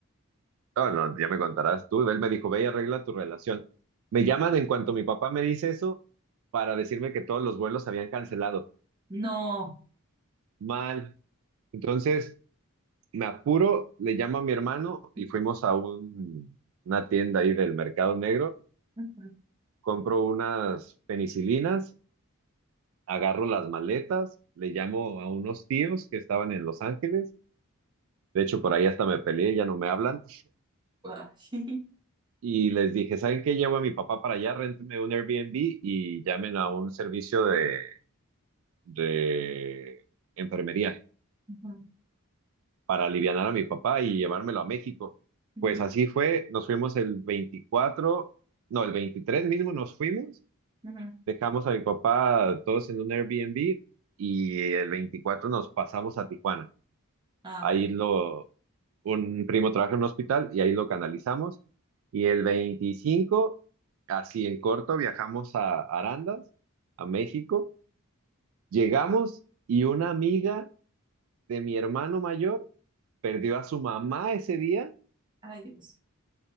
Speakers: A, on the right; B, on the right.
A: No, no, ya me contarás tú. Él me dijo, ve y arregla tu relación. Me llaman en cuanto mi papá me dice eso para decirme que todos los vuelos se habían cancelado.
B: No.
A: Mal. Entonces, me apuro, le llamo a mi hermano y
B: Ujú.
A: fuimos a un- una tienda ahí del Mercado Negro.
B: <laughs>
A: Compro unas penicilinas, agarro las maletas, le llamo a unos tíos que estaban en Los Ángeles. De hecho, por ahí hasta me peleé, ya no me hablan.
B: Ay,
A: y les dije, ¿saben qué? Llevo a mi papá para allá, réntenme un Airbnb y llamen a un servicio de, de enfermería
B: Ujú.
A: para aliviar a mi papá y llevármelo a México.
B: Ujú.
A: Pues así fue, nos fuimos el 24, no, el 23 mismo nos fuimos,
B: Ujú.
A: dejamos a mi papá todos en un Airbnb y el 24 nos pasamos a Tijuana.
B: Ah,
A: Ahí
B: ok.
A: lo, un primo trabaja en un hospital y ahí lo canalizamos. Y el 25 así en corto, viajamos a Arandas, a México. Llegamos y una amiga de mi hermano mayor perdió a su mamá ese día
B: Ay, Dios.